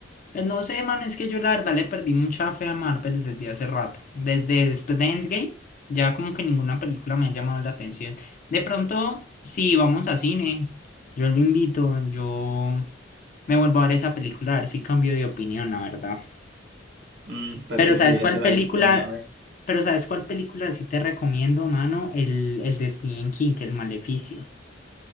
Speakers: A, on the left; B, on the right.
A: Pues no sé, man, es que yo la verdad le perdí mucha fe a Marvel desde hace rato. Desde después de Endgame, ya como que ninguna película me ha llamado la atención. De pronto, si vamos a cine, yo lo invito, yo me vuelvo a ver esa película, a ver si cambio de opinión, la verdad.
B: Mm, pues
A: Pero
B: que
A: ¿sabes
B: si ya
A: cuál
B: te la
A: película?
B: viste una vez.
A: Pero ¿sabes cuál película sí te recomiendo, mano? El, el de Stephen King, El Maleficio.